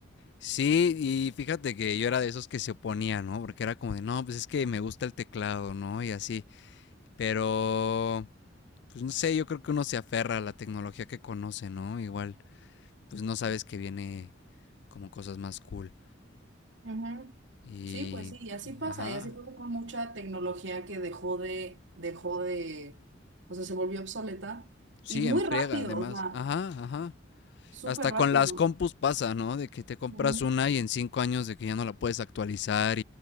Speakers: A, on the left; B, on the right.
A: Sí, y fíjate que yo era de esos que se oponía, ¿no? Porque era como de, no, pues es que me gusta el teclado, ¿no? Y así. Pero, pues no sé, yo creo que uno se aferra a la tecnología que conoce, ¿no? Igual, pues no sabes que viene como cosas más cool.
B: Ujú.
A: Y,
B: Sí, pues sí, y así
A: y
B: pasa,
A: ajá.
B: y así pasa con mucha tecnología que dejó de, dejó de, o sea, se volvió obsoleta
A: Sí,
B: y muy
A: enfriega,
B: rápido,
A: además.
B: o sea,
A: Ajá, ajá.
B: súper
A: Hasta
B: rápido.
A: con las compus pasa, ¿no? De que te compras
B: Ujú.
A: una y en cinco años de que ya no la puedes actualizar